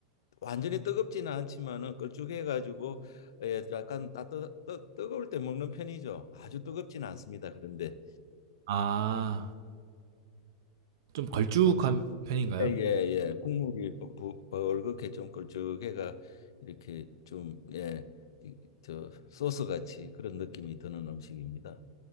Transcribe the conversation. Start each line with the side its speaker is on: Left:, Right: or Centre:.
Left: 완전히 뜨겁지는 않지만은 걸쭉해 가지고 예, 약간 따뜻 뜨, 뜨거울 때 먹는 편이죠. 아주 뜨겁지는 않습니다. 그런데
Right: 아. 좀 걸쭉한 편인가요?
Left: 예, 예. 예. 국물이 부- 부- 벌겋게 좀 걸쭉해가 이렇게 좀 예. 이- 저 소스 같이 그런 느낌이 드는 음식입니다.